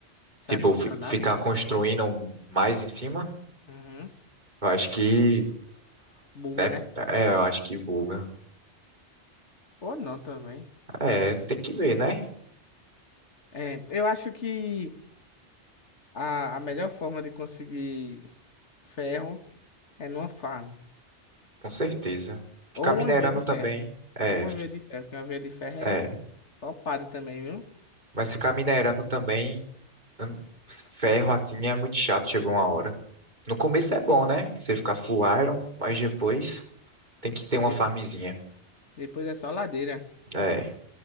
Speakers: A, on the left; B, on the right.
A: Será
B: Tipo,
A: que funcionava?
B: fi- ficar construindo mais em cima,
A: Uhum.
B: eu acho que,
A: Buga,
B: né?
A: né?
B: É, eu acho que buga.
A: Ou não também.
B: É, tem que ver, né?
A: É, eu acho que a, a melhor forma de conseguir ferro é numa farm.
B: Com certeza. Ficar
A: Ou
B: minerando
A: uma veia de ferro.
B: também, é,
A: Ou uma
B: f-
A: veia de ferro, porque uma veia de ferro é
B: é.
A: topada também, viu?
B: Mas ficar minerando também, hum, ferro assim é muito chato, chegou uma hora. No começo é bom, né? Você ficar full iron, mas depois tem que ter uma
A: De-
B: farmzinha.
A: depois é só ladeira.
B: É.